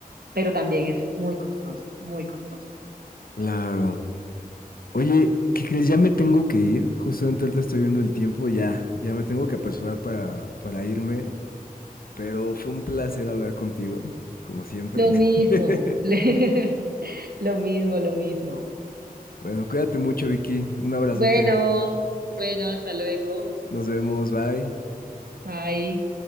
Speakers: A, on the right; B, on the left.
A: pero también es muy costoso, muy costoso.
B: Claro. Oye, ¿qué crees? Ya me tengo que ir. Justamente ahorita estoy viendo el tiempo. Ya, ya me tengo que apresurar para, para irme. Pero fue un placer hablar contigo, como siempre.
A: Lo mismo,
B: <laughs>
A: <laughs> lo mismo, lo mismo.
B: Bueno, cuídate mucho, Vicky. Un abrazote.
A: Bueno, bueno, hasta luego.
B: Nos vemos. Bye.
A: Bye.